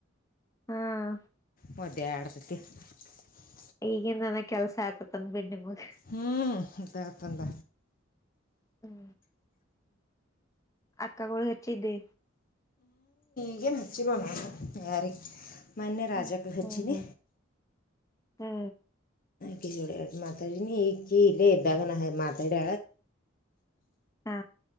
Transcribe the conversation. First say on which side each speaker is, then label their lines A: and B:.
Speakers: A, on the left; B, on the left.
A: ಹ್ಮ್
B: ಮದ ಆಡ್ <unintelligible> ಮತ್ತು <unintelligible>
A: ಈಗನ್ ನನಗ್ ಕೆಲ್ಸ ಆಯತತಂದ ಬಿ್ಣೆ ಮೂರಿ
B: ಹ್ಮ್ ಅಂತ ಅತಲ್ಲ
A: ಹ್ಮ್ ಅಕ್ಕ ಕಳ ಹಚ್ಚಿದ್ದೆ
B: ಇಗ ನಚ್ಚಿಲ್ಲೋಣ ಅ ಯಾರಿ ಮಾನ್ಯ ರಾಜಕ್ಕೆ
A: ಹ್ಮ್
B: ಹೆಚ್ಚಿನಿ
A: ಹ್ಮ್ ಹ್ಮ್
B: ಕ ಮಾತ ನೀ ಕೀಲ್ಲೇ್ದಾಗನ ಮಾತೆವಡ
A: ಹಾ